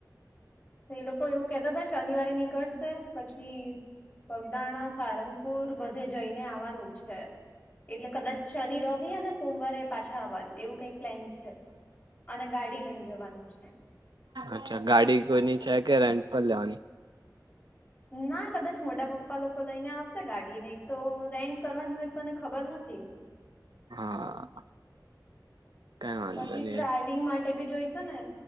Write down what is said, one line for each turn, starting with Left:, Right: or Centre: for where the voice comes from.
Left: એ લોકો એવું કેતા હતા શનિવારે નીકળશે પછી વગદાણા સારંગપુર બધે જઈને આવાનું છે એટલે કદાચ શનિ રવી અનેને સોમવારે પાછા આવવાનું એવું કઈક પ્લેન છે અને ગાડી લઈને જવાનું છે
Right: અચ્છા ગાડી કોઈની છે કે રેન્ટ પર લેવાની
Left: ના કદાચ મોટા પપ્પા લોકો લઈને આવશે ગાડી નને તો રેન્ટ કરવાની હોય મને ખબર નથી
Right: હા કઈ વાંધો
Left: પછી
Right: નહી
Left: ડ્રાઈવિંગ માટે બી જોઈશ ને